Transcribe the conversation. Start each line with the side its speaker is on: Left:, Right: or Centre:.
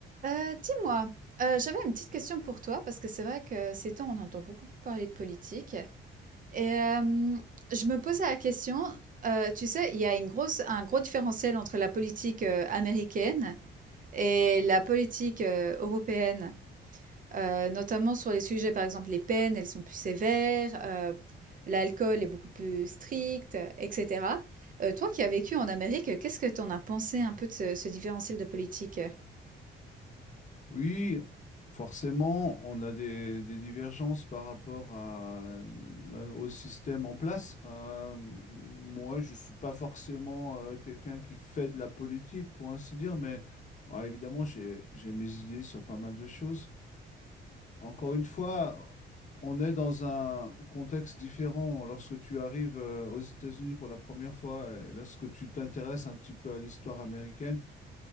Right: Heu, dis-moi, heu, j'avais une petite question pour toi parce que c'est vrai que ces temps, on entend beaucoup parler de politique et hem, je me posais la question, heu, tu sais, il y a une grosse un gros différentiel entre la politique, heu, américaine et la politique, heu, européenne, heu, notamment sur les sujets, par exemple, les peines, elles sont plus sévères, heu, l'alcool est beaucoup plus strict, euh, et cetera. Heu, toi qui as vécu en Amérique, qu'est-ce que tu en as pensé un peu de ce ce différentiel de politique?
Left: Oui, forcément, on a des, des divergences par rapport à, bah, au système en place. Euh, moi, je ne suis pas forcément euh, quelqu'un qui fait de la politique, pour ainsi dire, mais bon, évidemment, j'ai, j'ai mes idées sur pas mal de choses. Encore une fois, on est dans un contexte différent lorsque tu arrives euh, aux États-Unis pour la première fois, et lorsque tu t'intéresses un petit peu à l'histoire américaine